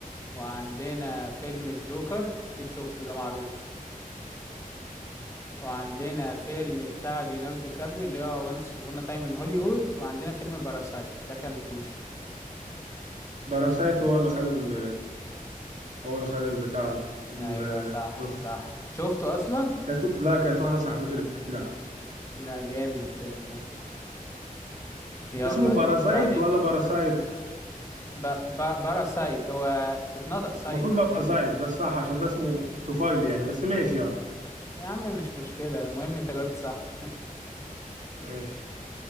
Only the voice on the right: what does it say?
باراسايت هو اللي خد ال هو اللي خد البتاع ده ال-
الأوسكار
كانت لا كانت واحدة صاحبتي اللي بتحكي لي عنه
اسمه باراسايت
ولا باراسايت
المفروض
بقى زايد ده الصح عشان ده اسمه طفيلي يعني بس ماشي يلا
ماشي